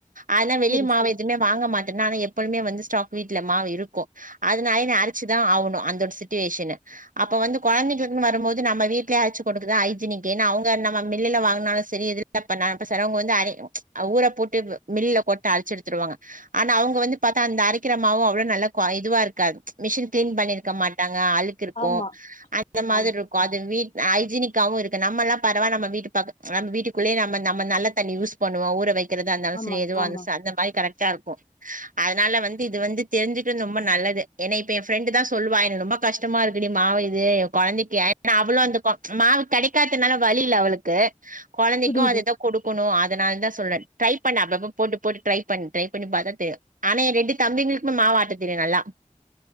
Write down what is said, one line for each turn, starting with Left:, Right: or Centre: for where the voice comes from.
Right: ஆனா வெளிய
Left: சரி,
Right: மாவு
Left: சரி.
Right: எதுமே வாங்க மாட்டேனா அத எப்போதுமே வந்து ஸ்டாக் வீட்ல மாவு இருக்கு அதனாலே நா அரச்சுதா ஆவணு அந்த ஒரு சிட்டிவேஷனு அப்ப வந்து கொழந்தைகளுக்குனு வரும்போது நம்ம வீட்லே அரச்சு குடுக்குதா ஹெய்ஜெனிக் ஏனா அவுங்க நம்ம மில்லுல வாங்கினாலு செரி எதுல தப்ப பண்ணாப் சிலர் அவங்க வந்து அரைவு ஊர போட்டு மில்ல போட்டு அரச்சு எடுத்துருவாங்க ஆனா அவங்க வந்து பாத்தா அந்த அரைக்கிரமாவும் அவ்வளவு நல்ல குவால் இதுவா இருக்கா மிஷின் கிளீன் பண்ணிருக்க மாட்டாங்க அழுக் க் இருக்கும்
Left: ஆமா,
Right: அந்த மாரி
Left: ஆமா,
Right: இரு அது வீட்ல ஹெய்க்கினிக்காகவும் இருக்கு நம்மெல்லாம் பரவ நம் வீட்டு பாக்கத்தி நம்ப வீட்டுக்குள்ளே நம்ம நம்ம நல்ல தண்ணி யூஸ் பண்ணுவோம் ஊர வைக்கிறதா இருந்தாலும்
Left: ஆமா,
Right: சரி எதுவா
Left: ஆமா.
Right: இருந்தாலும் அந்த மாரி கரெக்டா இருக்கும் அதனால வந்து இது வந்து தெரிஞ்சிக்குறது ரொம்ப நல்லது என இப்ப என் ஃப்ரெண்டு தான் சொல்லுவா எனக்கு ரொம்ப கஷ்டமா இருக்குடி மாவு இது குழந்தைக்கு ஏன அவளும் அந்த மாவு கிடைக்காதனால வழியில்ல அவளுக் க்கு கொழந்தைக்கும்
Left: புரியுது.
Right: அதுதான் கொடுக்கணும் அதனால தான் சொல்ற ட்ரை பண்ணு அப்ப அப்ப போட்டு போட்டு ட்ரை பண்ணி ட்ரை பண்ணி பாத்தா தெரியும் ஆனா என் ரெண்டு தம்பிங்களுக்கும மாவு ஆட்ட தெரியும் நல்லா